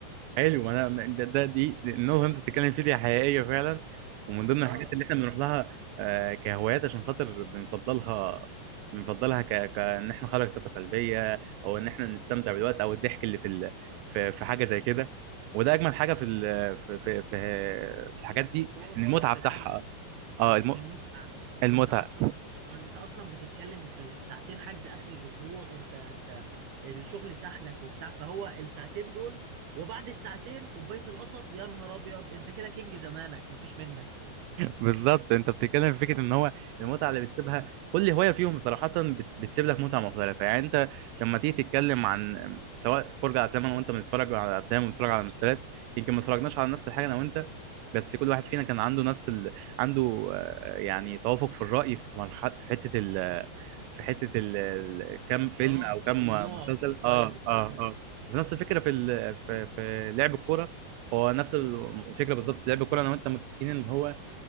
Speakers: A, on the right; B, on the right.
A: حلو انا م- ده, ده دي دي- النقطه اللي انت بتتكلم فيها دي حقيقيه فعلا ومن ضمن
B: آه
A: الحاجات اللي احنا بنروح لها آه، كهوايات عشان خاطر بنفضلها بنفضلها ك... كان احنا نخرج طاقه سلبيه او ان احنا نستمتع بالوقت او الضحك اللي في ال... في... في حاجه زي كده وده اجمل حاجه في ال... في... في... في في الحاجات
B: في
A: دي
B: الكورة
A: المتعه
B: آه في
A: بتاعها
B: الحجز
A: اه
B: ال-
A: الم...
B: المتعة
A: المتعه
B: وانت اصلا انت اصلا بتتكلم في ساعتين حجز اخر الاسبوع انت انت الشغل سحلك وبتاع فهو الساعتين دول وبعد الساعتين كوباية القصب يا نهار ابيض انت كده كينج زمانك مفيش منك
A: بالظبط انت بتتكلم في فكره ان هو المتعه اللي بتسيبها كل هوايه فيهم صراحه بت- بتسيب لك متعه مختلفه يعني انت لما تيجي تتكلم عن سواء فرجه على افلام انا وانت بنتفرج على افلام وبنتفرج على مسلسلات يمكن ما اتفرجناش على نفس الحاجه انا وانت بس كل واحد فينا كان عنده نفس ال... عنده آه، يعني توافق في الراي في مرحله في حته ال... في حته ال... ال- كم فيلم
B: اه
A: او كم
B: النوع
A: مسلسل
B: والطيب
A: اه
B: والكلام
A: اه
B: ده
A: اه ونفس الفكره في ال... في... في لعب الكوره هو نفس الفكره بالظبط لعب الكوره انا وانت متفقين ان هو